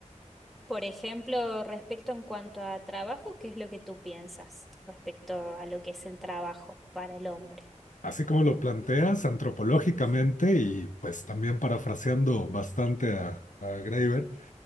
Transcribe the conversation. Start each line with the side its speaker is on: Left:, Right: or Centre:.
Centre: Por ejemplo, respecto en cuanto a trabajo, ¿qué es lo que tú piensas respecto a lo que es el trabajo para el hombre?
Left: así como lo planteas antropológicamente y pues también parafraseando bastante a, a Graeber,